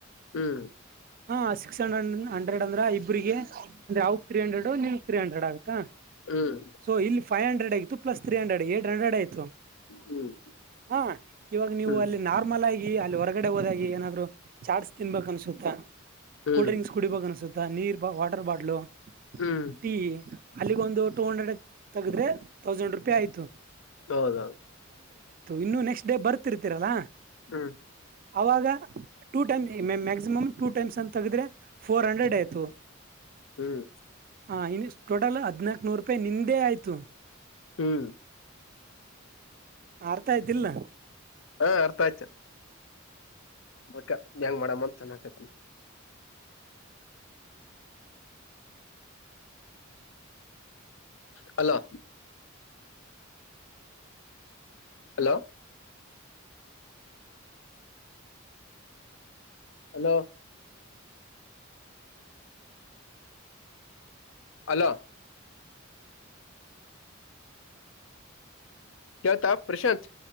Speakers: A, on the left; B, on the right.
A: ಹ್ಮ್
B: ಹಾ ಸಿಕ್ಸ್ ಹನ್ ನನ ಹಂಡ್ರೆಡ್ ಅಂದ್ರ ಇಬ್ರಿಗೆ ಅಂದ್ರೆ ಅವ್ರಗ್ಗ್ ತ್ರೀ ಹಂಡ್ರೆಡ್ ನಿನಗ ತ್ರೀ ಹಂಡ್ರೆಡ್ ಆಗುತ್ತಾ.
A: ಹ್ಮ್
B: ಸೊ ಇಲ್ಲಿ ಫೈ ಹಂಡ್ರೆಡ್ ಆಗಿತ್ತು plus three hundred eight hundred ಆಯ್ತು
A: ಹ್ಮ್
B: ಹ ಇವಾಗ ನೀವು
A: ಹ್ಮ್
B: ಅಲ್ಲಿ ನಾರ್ಮಲ್ ಆಗಿ ಗಿ ಅಲ್ಲಿ ಹೊರಗಡೆ ಹೋದಾಗಿ ಏನಾದ್ರು ಚಾಟ್ಸ್ ತಿನ್ಬೇಕ್ ಅನ್ಸುತ್ತಾ
A: ಹ್ಮ್
B: ಕೋಲ್ಡ್ ಡ್ರಿಂಕ್ಸ್ ಕುಡಿಬೇಕ ಅನ್ಸುತ್ತ ನೀರ್ ವಾಟರ್ ಬಾಟ್ಲು
A: ಹ್ಮ್
B: ಟೀ. ಅಲ್ಲಿಗ ಒಂದು ಟೂ ಹಂಡ್ರೆಡ್ ತಗದ್ರೆ ತೌಸಂಡ್ ರೂಪಿ ಆಯ್ತು.
A: ಹೌದೌದ.
B: ಇನ್ನೂ ನೆಕ್ಸ್ ಡೇ ಬರ್ತಿರ್ತೀರಲ್ಲಾ
A: ಹ್ಮ
B: ಅವಾಗ ಟೂ ಟೈಮ್ ಮ್ಯಾ ಮ್ಯಾ ಮ್ಯಾಕ್ಸಿಮಮ್ ಟೂ ಟೈಮ್ಸ್ ಅಂತ ತೆಗದ್ರೆ ಫೋರ್ ಹಂಡ್ರೆಡ್ ಆಯ್ತು.
A: ಹ್ಮ್
B: ಹಾ ಇ ಟೋಟಲ್ ಹದ್ನಾಲ್ಕನೂರ ಪ್ಪೇ ನಿಂದೇ ಆಯ್ತು.
A: ಹ್ಮ್
B: ಅರ್ಥಾ ಆಯ್ತಿಲ್ಲ.
A: ಹಾ ಅರ್ಥ ಆಯ್ತ. ಬಕ ಹೆಂಗ್ ಮಾಡಮ್ಮ ಅಂತ ಅನ್ನಕತ್ತಿನಿ. ಹಲೋ ಹಲೋ ಹಲೋ ಹಲೋ ಕೇಳ್ತಾ ಪ್ರಶಾಂತ್.